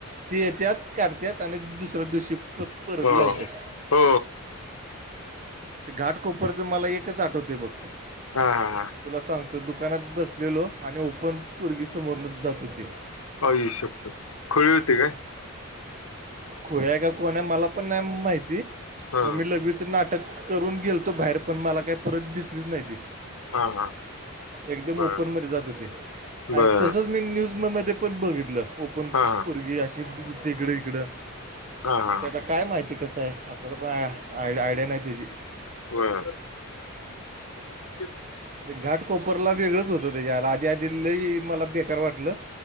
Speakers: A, on the right; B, on the left.
A: ती येत्यात काढत्यात आणि दुसऱ्या दिवशी त परत
B: हो
A: लावतात
B: हो
A: ते घाटकोपरच मला एकच आठवते बघ
B: हा हा
A: तुला सांग तो दुकानात बसलेलो आणि ओपन परगी समोरनच जात होती
B: हो ये शकतो खळी होते काय
A: खोय का कोणा आहे मला पण नाही माहिती
B: हा
A: मग मी लघवीच नाटक <inaudible> न गेलतो बाहेर पण मला काही परत दिसलीच नाही ती
B: हा हा
A: एकदम
B: बर
A: ओपन म जात होते आणि
B: बर
A: तसच मी न्यूज मग म ते पण बघितलं ओपन
B: हा हा
A: भरगी अशी तिकडे इिकडं
B: हा हा
A: त्या आता काय माहिती कसं आहे आपल्याला पण आयडिया नाही त्याची
B: ह
A: ते घाट कोपरला वेगळंच होतं त्याच्या आधी आधीलाही मला बेकार वाटलं